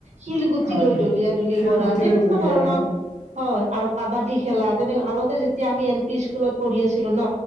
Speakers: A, on the right; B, on the left.
A: শিলগুটি
B: হয়
A: লৈ দলিয়া দলি
B: শিলগুটিলে
A: কৰা তেনেকুৱা
B: দুলীয়া
A: ধৰণৰ হয় আৰু কাবাডী খেলা তেনেক আগতে যেতিয়া আমি এল পি স্কুলত পঢ়ি আছিলো ন